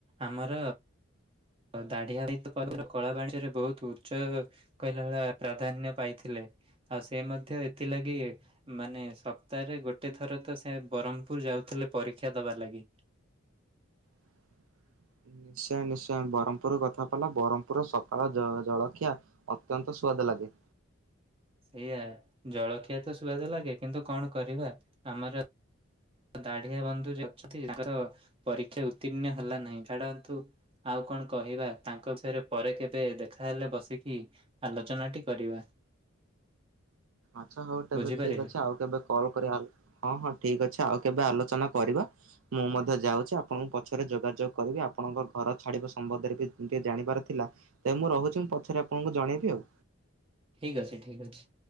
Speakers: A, on the right; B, on the right.
A: ଆମର। ଦାଢିଆ ଭାଇ କଳା ବାଣିଜ୍ୟରେ ବହୁତ ଉଚ୍ଚ କହିଲା ଭ ପ୍ରାଧାନ୍ୟ ପାଇଥିଲେ। ଆଉ ସେ ମଧ୍ୟ ଏଥିଲାଗି ମାନେ ସପ୍ତାହରେ ଗୋଟେ ଥର ତ ସେ ବ୍ରହ୍ମପୁର ଯାଉଥି ପରୀକ୍ଷା ଦବା ଲାଗି।
B: <inaudible> ନିଶ୍ଚୟ, ନିଶ୍ଚୟ, ବ୍ରହ୍ମପୁର କଥା ପଡିଲା, ବ୍ରହ୍ମପୁରର ସକାଳ ଜଳଖିଆ ଅତ୍ୟନ୍ତ ସ୍ଵଦ ଲାଗେ।
A: ସେଇଆ, ଜଳଖିଆ ତ ସୁଆଦ ଲାଗେ, କିନ୍ତୁ କଣ କରିବା ଆମର ଦାଢିଆ ବନ୍ଧୁ ଅଛନ୍ତି, ତାଙ୍କ ପରୀକ୍ଷା ଉତ୍ତୀର୍ଣ୍ଣ ହେଲା ନହିଁ, ଛାଡନ୍ତୁ। ଆଉ କଣ କହିବା, ତାଙ୍କ ବିଷୟରେ ପରେ କେବେ ଦେଖାହେଲେ ବସିକି ଆଲୋଚନାଟି କରିବା।
B: ଆଚ୍ଛା ହଉ, ତେବେ
A: ବୁଝିପାରିଲେ
B: ଠିକ ଅଛି, ଆଉ କେବେ କଲ କରି, ହଁ ହଁ ଠିକ ଅଛି ଆଉ କେବେ ଆଲୋଚନା କରିବା, ମୁଁ ମଧ୍ୟ ଯାଉଛି, ଆପଣଙ୍କୁ ପଛରେ ଯୋଗାଯୋଗ କରିବି, ଆପଣଙ୍କ ଘର ଛାଡିବ ସମ୍ରେ <unintelligible> ଟିକେ ଜାଣିବାର ଥିଲା, ତେବେ ମୁଁ ରହୁଛି, ମୁଁ ପଛରେ ଆପଣଙ୍କୁ ଜଣେଇବି, ଆଉ
A: ଠିକ ଅଛି, ଠିକ ଅଛି।